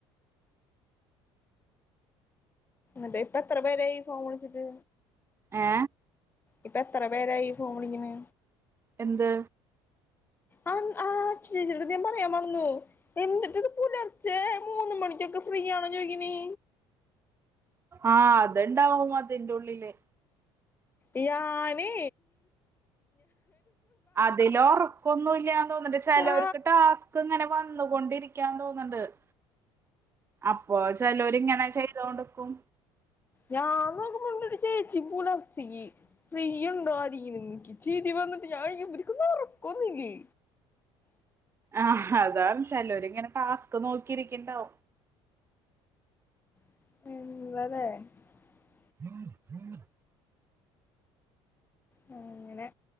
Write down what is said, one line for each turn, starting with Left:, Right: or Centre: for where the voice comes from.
Left: അതെ ഇപ്പ എത്ര പേരായി ഫോൺ വിളിച്ചിട്ട്
Right: ഏ
Left: ഇപ്പ എത്ര പേരായി ഫോൺ വിളിക്ണ്
Right: എന്ത്
Left: ആ ആ ച് ച് ഞാൻ പറയാൻ മറന്നു എന്തുട്ടേ ഇത് പുലർച്ചെ മൂന്ന് മണിക്കൊക്കെ ഫ്രീയാണോ ചോയിക്കുന്നെ
Right: ആഹ് അത്ണ്ടാവും അതിന്റ ഉള്ളില്
Left: ഇ യാന്
Right: അതിലോ <unintelligible> ക്കൊന്നുംല്ലാന്ന് തോന്നണ്ട് ചെലോരക്ക്
Left: ആ
Right: ടാസ്ക് ഇങ്ങനെ വന്ന് കൊണ്ടിരി <unintelligible> അപ്പോ <unintelligible> ചെലോര് ഇങ്ങനെ ചെയ്തോണ്ട്ക്കും
Left: ഞാന്നൊക്കുമ്പോ <unintelligible> ചേച്ചി <unintelligible> ഫ്രീ ഉണ്ടോ <unintelligible> ചിരി വന്നിട്ട് ഞാൻ ഇവർക്കൊന്നും ഉറക്കൊന്നില്ലേ
Right: ആഹ് അതാണ് ചെലോര് ഇങ്ങനെ ടാസ്ക് നോക്കിരി ഇണ്ടാവും
Left: <unintelligible>
Right: <unintelligible>
Left: ആ അങ്ങനെ